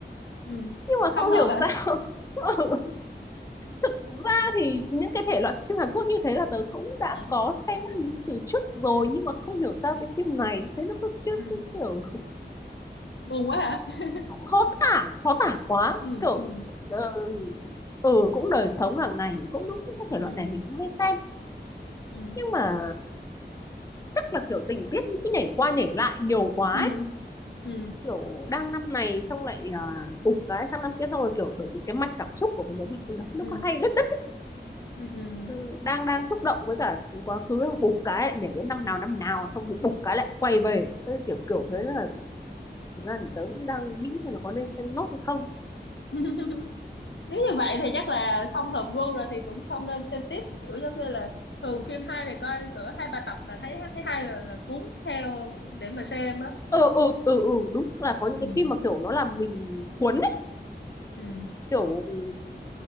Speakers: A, on the left (about 80°); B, on the left (about 20°).
A: ừ.
B: nhưng mà
A: không
B: không
A: hợp
B: hiểu
A: hả
B: sao <laughs> Ừ, thực ra thì những cái thể loại phim Hàn Quốc như thế là tớ cũng đã
A: ờ
B: có xem từ trước rồi
A: ừ
B: nhưng mà không hiểu sao cái phim này thế nó cứ, cứ,
A: ừ
B: cứ kiểu
A: buồn quá hả <laughs>
B: khó tả khó tả quá
A: ừ
B: kiểu
A: ừ
B: ờ, ừ cũng đời sống hàng ngày cũng đúng những cái thể
A: ừ
B: loại này mình cũng hay xem
A: ừ
B: nhưng mà chắc là kiểu tình tiết nghĩ nhảy qua nhảy lại nhiều quá
A: ừ
B: ấy.
A: ừ
B: kiểu đang năm này xong lại à, tụt cái sang năm kia xong rồi kiểu bởi vì cái mạch cảm xúc của mình nó bị nó, nó
A: ừ
B: có hay đứt đứt ấy.
A: ừ ừ
B: Ừ, đang đang xúc động với cả quá khứ bục cái lại nhảy đến năm nào năm nào xong bục bục cái lại quay về Thế kiểu kiểu
A: ừ.
B: thế là thực ra thì tớ cũng đang nghĩ xem là có nên xem nốt hay không
A: <laughs> nếu như vậy thì chắc là không hợp gu rồi thì cũng không nên xem tiếp kiểu giống như là thường phim hay thì coi cỡ hai ba tập là thấy thấy hay rồi là cuốn theo để mà xem á
B: ừ ừ ừ ừ đúng là có những
A: ừ
B: cái phim mà kiểu nó làm mình cuốn
A: ừ
B: kiểu ừ,